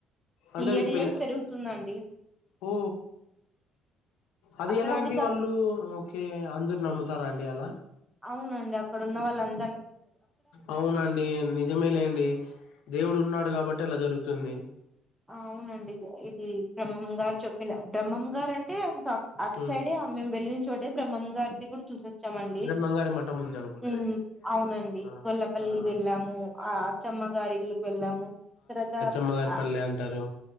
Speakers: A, on the left (about 80°); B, in the centre.
A: అంటే
B: ఇయర్
A: అది పె
B: ఇయర్ పెరుగుతుందండి
A: ఓ అది
B: అక్కడ
A: ఎలా అండి
B: కాక
A: వాళ్ళు ఓకే అందరు నమ్ముతారండి అలా
B: అవునండి అక్కడ ఉన్న వాళ్ళం
A: అవునండి నిజమే లేండి దేవుడు ఉన్నాడు కాబట్టి ఇలా జరుగు తుంది
B: అవునండి ఇది బ్రహ్మం గారు చెప్పిన బ్రహ్మం గారంటే ఇంక అట్
A: ఉమ్
B: సైడే మేము వెళ్ళిన చోటే బ్రహ్మం గారిది కూడా చూసివోచ్చామండి.
A: బ్రహ్మంగారి మఠం ఉంది అనుకుంటారండి
B: ఉమ్ అవునండి
A: ఆ
B: గొల్లపల్లి
A: ఆ
B: వెళ్ళాము, ఆ అచ్చమ్మగారి ఇల్లుకు వెళ్ళాము, తర్వాత
A: బమ గారి
B: అ
A: పల్లె అంటారు